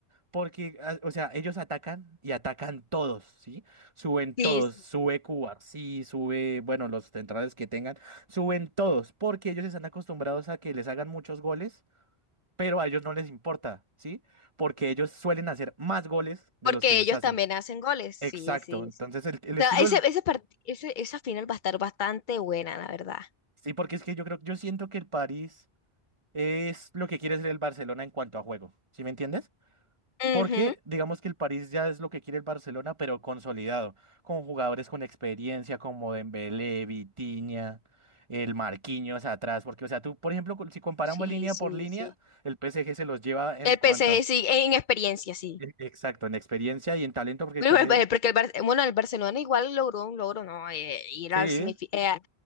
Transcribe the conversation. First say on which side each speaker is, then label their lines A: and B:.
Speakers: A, on the right (about 30°); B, on the left (about 55°).
A: Porque, ah, o sea, ellos atacan y atacan todos, ¿sí? Suben
B: Sí,
A: todos,
B: sí,
A: sube Cuba, sí, sube, bueno, los centrales que tengan, suben todos, porque ellos están acostumbrados a que les hagan muchos goles, pero a ellos no les importa, ¿sí? Porque ellos suelen hacer más goles de
B: porque
A: los que les
B: ellos
A: hacen.
B: también hacen goles. Sí,
A: Exacto,
B: sí.
A: entonces
B: O
A: el, el
B: sea,
A: estilo,
B: ese,
A: del-
B: ese part- ese- esa final va a estar bastante buena, la verdad.
A: sí, porque es que yo creo, yo siento que el París es lo que quiere ser el Barcelona en cuanto a juego, ¿sí me entiendes?
B: Ujú.
A: Porque digamos que el París ya es lo que quiere el Barcelona, pero consolidado, con jugadores con experiencia como Dembélé, Vitinha, el Marquinhos atrás, porque o sea, tú, por ejemplo, con- si comparamos
B: Sí,
A: línea
B: sí,
A: por línea,
B: sí.
A: el PSG se los lleva en
B: El
A: cuanto,
B: PSG sí, en experiencia sí.
A: e- exacto, en experiencia y en talento, porque
B: Pero
A: el PSG,
B: el- el- Porque el, Bar- bueno, el Barcelona igual logró un logro, ¿no? Eh, ir
A: sí,
B: al semifi- eh, a